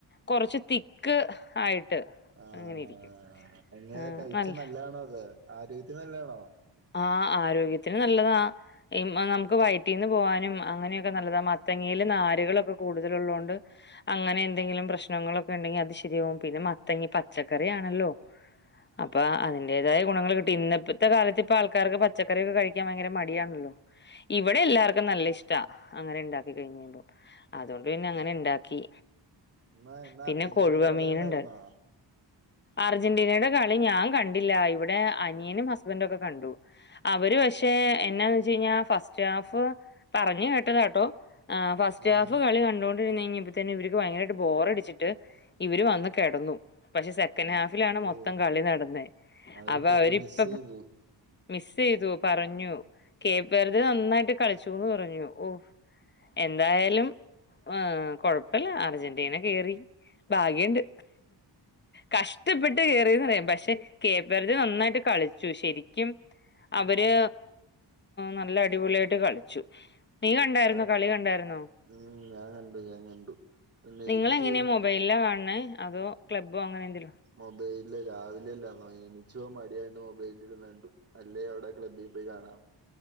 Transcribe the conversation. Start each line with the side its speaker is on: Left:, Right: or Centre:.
Left: കൊറച്ച് തിക്ക് ആയിട്ട്
Right: ആഹ്
Left: അങ്ങനെ ഇരിക്കും
Right: എങ്ങനെ
Left: ആഹ്
Right: കഴിച്ച
Left: നല്ല
Right: നല്ലതാണോത് ആരോഗ്യത്തിന് നല്ലാണോ
Left: ആ ആരോഗ്യത്തിന് നല്ലതാ നമുക്ക് വയറ്റീന്ന് പോവാനും അങ്ങനെയൊക്കെ നല്ലതാ മത്തങ്ങയില് നാരുകളൊക്കെ കൂടുതല് ഉള്ളോണ്ട് അങ്ങനെ എന്തെങ്കിലും പ്രശ്നങ്ങളൊക്കെ ഇണ്ടെങ്കി അത് ശരിയാവും പിന്നെ മത്തങ്ങി പച്ചക്കറി ആണല്ലോ അപ്പൊ
Right: ആഹ്
Left: അതിന്റേതായ ഗുണങ്ങള് കിട്ടി ഇന്നപ്പെത്തെ കാലത്ത് പ്പൊ ആൾക്കാർക്ക് പച്ചക്കറിക്കെ കഴിക്കാൻ ഭയങ്കര മടിയാണല്ലോ ഇവിടെ എല്ലാർക്കും നല്ല ഇഷ്ട അങ്ങനെ ഉണ്ടാക്കി കഴിക്ക്ന്ന അതുകൊണ്ട്
Right: ഉം
Left: പിന്നെ അങ്ങനെ ഇണ്ടാക്കി
Right: ഇന്ന് ഇന്ന്
Left: പിന്നെ
Right: അർജന്റീനയുടെ
Left: കൊഴുവ
Right: കളി
Left: മീന്ണ്ട്
Right: കണ്ടായിരുന്നോ
Left: അർജന്റീനയുടെ കളി ഞാൻ കണ്ടില്ല ഇവിടെ അനിയനും ഹസ്ബൻഡ് ഒക്കെ കണ്ടു അവര് പക്ഷെ എന്നാന്ന് വെച്ച് കഴിഞ്ഞാ ഫസ്റ്റ് ഹാഫ് പറഞ്ഞു കേട്ടതാട്ടോ അ ഫസ്റ്റ്
Right: ആഹ്
Left: ഹാഫ് കളി കണ്ടൊ കഴിഞ്ഞപ്പോത്തിന് ഇവര്ക്ക് ഭയങ്കരായിട്ട് ബോറടിച്ചിട്ട് ഇവര് വന്ന് കെടന്നു പക്ഷെ സെക്കൻഡ്
Right: അയ്യോ
Left: ഹാഫിലാണ് മൊത്തം കളി നടന്നെ
Right: അവര്
Left: അപ്പൊ
Right: ഫുള്ള്
Left: അവരിപ്പ
Right: മിസ് ചെയ്തു
Left: മിസ് ചെയ്തു പറഞ്ഞു <unintelligible> നന്നായിട്ട് കളിച്ചുന്ന് പറഞ്ഞു ഓ എന്തായാലും ആഹ് കൊഴപ്പല്ല അർജന്റീന കെറി ഭാഗ്യണ്ട് കഷ്ടപ്പെട്ട് കേറിയന്ന് പറയാം പക്ഷെ കേപ്പറ്ജ നന്നായിട്ട് കളിച്ചു ശെരി ക്കും അവര്
Right: ഉം
Left: നല്ല അടിപൊളിയായിട്ട് കളിച്ചു നീ കണ്ടായിരുന്നോ
Right: ആഹ്
Left: കളി കണ്ടായിരുന്നോ
Right: ഉം ഞാൻ കണ്ടു ഞാൻ കണ്ടു പിന്നെ
Left: നിങ്ങളഎങ്ങനെയാ
Right: എനിക്ക്
Left: മൊ ബയില കാൺണെ അതോ ക്ലബ്ബോ അങ്ങനെ എന്തെലു
Right: മൊബൈൽല് രാവിലെല്ലാ എൻചോവാ മടിയായിട്ട് മൊബൈൽല് ഇരിന്ന് കണ്ടു അല്ലേ അവ്ടെ ക്ലബ്ബിൽ പോയി കാണാം